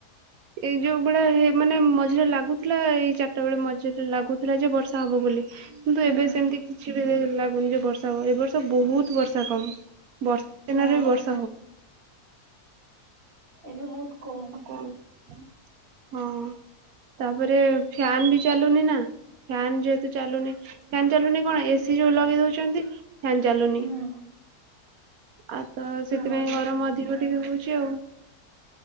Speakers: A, on the right; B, on the right.
A: ଏଇ ଯୋଉ ଭଳିଆ ହେ ମାନେ ମଝିରେ ଲାଗୁଥିଲା ଏଇ ଚାରଟା ବେଳେ ମଝିରେ ଲାଗୁଥିଲା ଯେ ବର୍ଷା ହବ ବୋଲି। କିନ୍ତୁ
B: ହୁଁ
A: ଏବେ ସେମତି କିଛି ବି ଦେ ଲାଗୁନି ଯେ ବର୍ଷା ହବ ଏ ବର୍ଷ ବୋହୁତ ବର୍ଷା କମ ବର୍ଷା ଦିନରେ
B: ହଁ।
A: ବର୍ଷ୍
B: ଏବେ ବୋହୁତ କମ୍।
A: ଅଁ ହଁ। ତାପରେ ଫ୍ୟାନ ବି ଚାଲୁନି ନା ଫ୍ୟାନ୍ ଯେହେତୁ ଚାଲୁନି ଫ୍ୟାନ ଚାଲୁନି କଣ ଏସିି ଯୋଉ ଲଗେଇ ଦୋଉଚନ୍ତି ଫ୍ୟାନ ଚାଲୁନି।
B: ହୁଁ
A: ଆଉ ତ ସେଥିପାଇଁ
B: ହଁ।
A: ଗରମ ଅଧିକ ଟିକେ ହୋଉଚି ଆଉ।